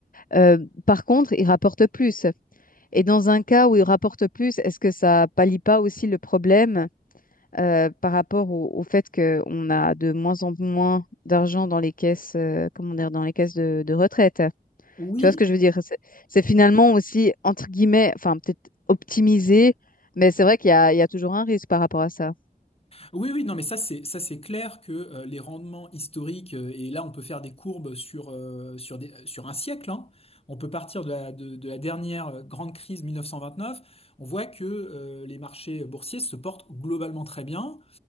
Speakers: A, on the left; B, on the left.
A: Euh, par contre, ils rapportent plus. Et dans un cas où ils rapportent plus, est-ce que ça pallie pas aussi le problème euh, par rapport au, au fait qu'on a de moins en moins d'argent dans les caisses, euh, comment dire, dans les caisses de, de retraite?
B: Oui,
A: Tu vois ce que je veux dire? C'est c'est finalement aussi, entre guillemets, enfin, peut-être optimisé, mais c'est vrai qu'il y a, il y a toujours un risque par rapport à ça.
B: oui, oui, non, mais ça c'est ça c'est clair que euh, les rendements historiques euh, et là on peut faire des courbes sur euh, sur des, sur un siècle, hein. On peut partir de la de, de la dernière euh, grande crise 1929. On voit que euh, les marchés boursiers se portent globalement très bien.